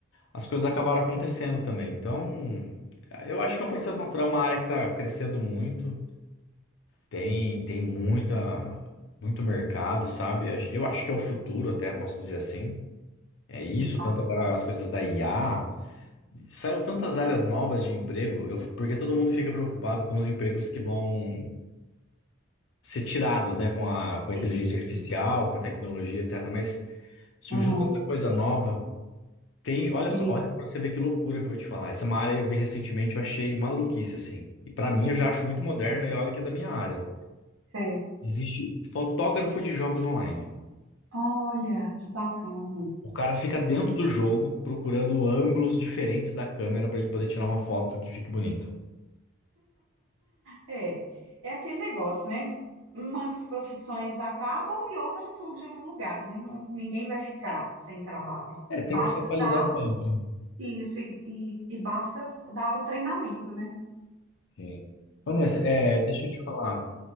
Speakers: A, on the left (about 65°); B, on the right (about 85°).
A: as coisas acabaram acontecendo também. Então, eu acho que é um processo natural, é uma área que está crescendo muito. Tem, tem muita, muito mercado, sabe? Acho- Eu acho que é o futuro, até posso dizer assim. É isso,
B: Que bacana.
A: tanto agora as coisas da IA. Saiu tantas áreas novas de emprego, eu- porque todo mundo fica preocupado com os empregos que vão ser tirados, né? Com a, com a inteligência
B: Isso.
A: artificial, com a tecnologia, etc. Mas surgiu
B: Aham.
A: tanta coisa nova. Tem, olha
B: Isso.
A: só, olha pra você ver que loucura que eu vou te falar. Essa é uma área que eu vi recentemente, eu achei maluquice, assim. E pra mim eu já acho muito moderno e olha que é da minha área.
B: Certo.
A: Existe fotógrafo de jogos online.
B: Olha, que bacana.
A: O cara fica dentro do jogo procurando ângulos diferentes da câmera pra ele poder tirar uma foto que fique bonita.
B: É, é aquele negócio, né? Umas profissões acabam e outras surgem no lugar, né? Não- ninguém vai ficar sem trabalho.
A: É, tem
B: Basta
A: que se atualizar
B: dar
A: sempre.
B: isso e, e e basta dar o treinamento, né?
A: Sim. Vanessa, é, deixa eu te falar.